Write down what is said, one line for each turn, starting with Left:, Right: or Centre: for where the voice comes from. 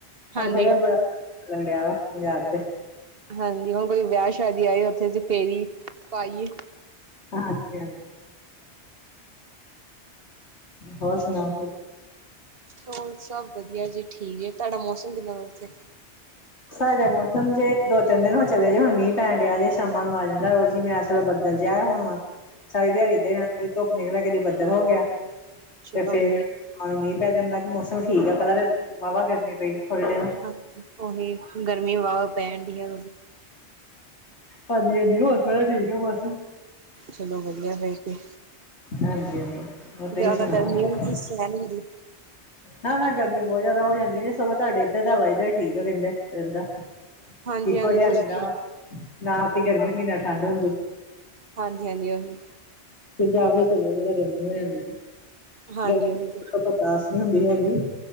Right: ਹਾਂਜੀ
Left: ਹੁਣ ਫੇਰ ਇਹ ਲੱਗ ਰਿਹਾ ਬਾਜ਼ਾਰ।
Right: ਹਾਂਜੀ, ਹੁਣ ਕੋਈ ਵਿਆਹ ਸ਼ਾਦੀ ਆਏ, ਉੱਥੇ ਤੇ ਫੇਰੀ ਪਾਈਏ
Left: ਅੱਛਾ, ਹੋਰ ਸੁਣਾਓ
Right: ਹੋਰ ਸਭ ਵਧੀਆ ਜੀ, ਠੀਕ ਜ ਤੁਹਾਡਾ ਮੌਸਮ ਕਿੱਦਾਂ ਦਾ ਉੱਥੇ।
Left: ਸਾਡੇ ਮੌਸਮ ਜੇ ਦੋ ਤਿੰਨ ਦਿਨ ਹੋ ਚਲੇ ਜੇ ਹੁਣ ਮੀਂਹ ਪੈ ਡਿਆ ਜੇ ਸ਼ਾਮਾਂ ਨੂੰ ਆ ਜਾਂਦਾ ਰੋਜ਼ ਹੀ ਮੈਂ, ਮਤਲਬ ਬੱਦਲ ਜਾਇਆ ਹੋਣ ਵਾ। ਸਾਰੀ ਦਿਹਾੜੀਧਾਂ ਕਦੀ ਧੁੱਪ ਨਿਕਲਿਆ ਕਦੀ ਬੱਦਲ ਹੋ ਗਿਆ।
Right: ਚਲੋ
Left: ਤੇ ਫੇਰ,
Right: ਵਧੀਆ
Left: ਹੁਣ ਮੀਂਹ ਪੈ ਜਾਂਦਾ। ਕਿ ਮੌਸਮ ਠੀਕ ਹੈ, ਪਤਾ ਵਾਹ ਵਾ ਗਰਮੀ ਪਈ ਥੋੜੇ ਦਿਨ
Right: ਹਾਂਜੀ, ਉ ਓਹੀ ਗਰਮੀ ਵਾ ਵਾ ਪੈਣਡੀ ਹੈ।
Left: ਹਾਂਜੀ ਹਾਂਜੀ ਹੋਰ, ਸਾਂ ਠੀਕ ਆ ਬਸ।
Right: ਚਲੋ, ਵਧੀਆ ਫੇਰ,
Left: ਹਾਂਜੀ ਹਾਂਜੀ ਹੋਰ ਤੁਸੀਂ
Right: ਜਿਆਦਾ
Left: ਸੁਣਾਓ
Right: ਗਰਮੀ ਸਹਿਣ ਹੁੰਦੀ
Left: ਨਾ ਨਾ ਗਰਮੀ ਬਹੁਤ ਜ਼ਿਆਦਾ ਹੋ ਜਾਂਦੀ ਹੈ, ਸਗੋਂ ਤੁਹਾਡੇ ਇੱਧਰ ਦਾ ਵਾਦਰ ਹੀ ਠੀਕ ਆ ਕਹਿੰਦੇ ਰਹਿੰਦਾ।
Right: ਹਾਂਜੀ
Left: ਇੱਕੋ
Right: ਹਾਂਜੀ
Left: ਜਿਹਾ ਰਹਿੰਦਾ
Right: ਹਾਂਜੀ
Left: ਵ ਨਾ ਤੇ ਗਰਮੀ ਨਾ ਠੰਢ ਹੁੰਦੀ।
Right: ਹਾਂਜੀ ਹਾਂਜੀ, ਉਹੀ।
Left: ਪੰਜਾਬ ਵਿੱਚ ਬਹੁਤ ਜ਼ਿਆਦਾ ਗਰਮੀ ਹੋ ਜਾਂਦੀ,
Right: ਹਾਂਜੀ
Left: ਗਰਮੀ
Right: ਉਹੀ ਤੇ
Left: ਬਰਦਾਸ਼ਤ ਨਹੀਂ ਹੁੰਦੀ ਹੈਗੀ।